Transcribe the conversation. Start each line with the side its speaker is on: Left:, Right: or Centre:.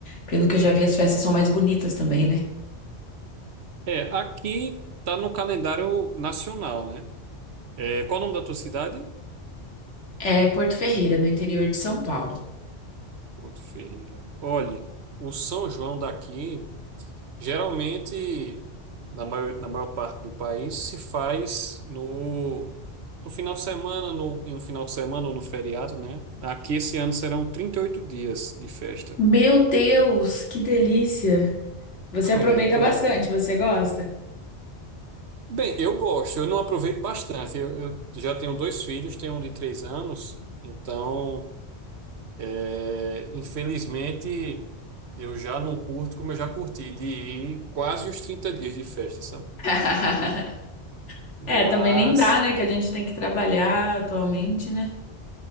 Left: Pelo que eu já vi, as festas são mais bonitas também, né?
Right: É, aqui está no calendário nacional, né? É, qual o nome da tua cidade?
Left: É Porto Ferreira, no interior de São Paulo.
Right: Porto Ferreira. Olhe, o São João daqui. Geralmente, na maior, na maior parte do país, se faz no, no final de semana, no, em um final de semana ou no feriado, né? Aqui esse ano serão 38 dias de festa.
Left: Meu Deus, que delícia! Você aproveita
Right: É, com-
Left: bastante, você gosta?
Right: Bem, eu gosto, eu não aproveito bastante. Eu, eu já tenho dois filhos, tenho um de três anos, então, é, infelizmente, eu já não curto como eu já curti, de ir quase os 30 dias de festa, sabe?
Left: <laughs>
Right: Mas.
Left: É, também nem dá, né? Que a gente tem que trabalhar atualmente, né?